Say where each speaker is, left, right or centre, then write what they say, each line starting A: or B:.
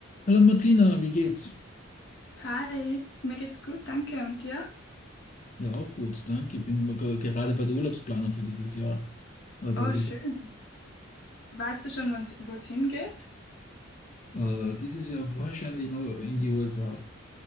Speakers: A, on the left; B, on the left.
A: Hallo Martina, wie geht's?
B: Hi, mir geht's gut, danke. Und dir?
A: Ja, auch gut, danke. Ich bin mal ge- gerade bei der Urlaubsplanung für dieses Jahr. Also
B: Oh,
A: geht's,
B: schön. Weißt du schon, won's- wo es hingeht?
A: äh, dieses Jahr wahrscheinlich noch in die USA,